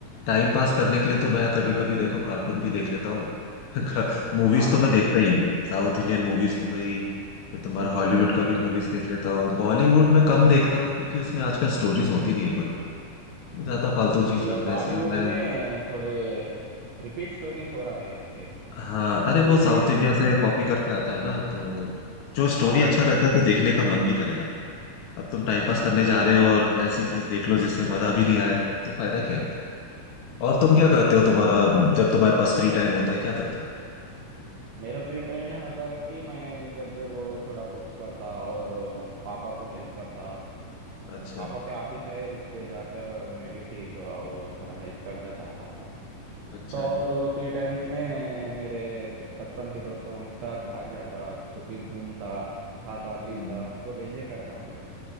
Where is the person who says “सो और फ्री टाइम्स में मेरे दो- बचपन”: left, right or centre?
Right